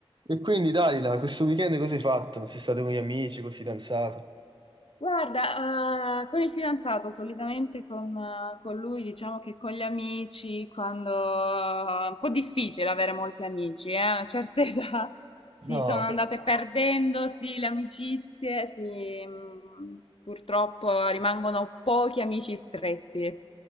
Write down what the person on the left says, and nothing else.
Guarda, eh, con il fidanzato, solitamente con, eh, con lui, diciamo che con gli amici, quando è un po' difficile avere molti amici, eh, a una certa <laughs> età si
sono andate No. perdendo, sì, le amicizie, sì, mh, purtroppo rimangono pochi amici stretti.